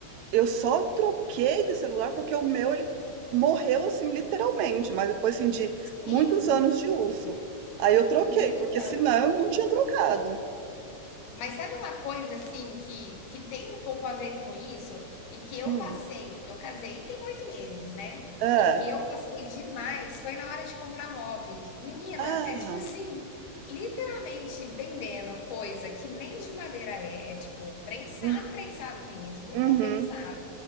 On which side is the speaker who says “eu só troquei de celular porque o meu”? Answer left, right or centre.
Right